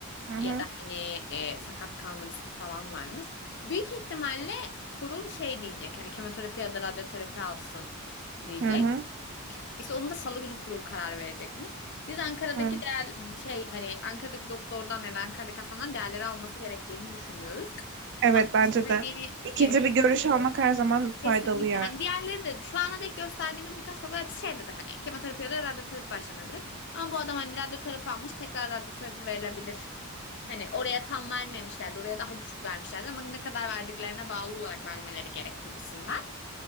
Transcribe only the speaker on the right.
Hı hı.
Hı hı.
Hı.
Evet
bence
de. İkinci
bir görüş almak her zaman faydalı
yani.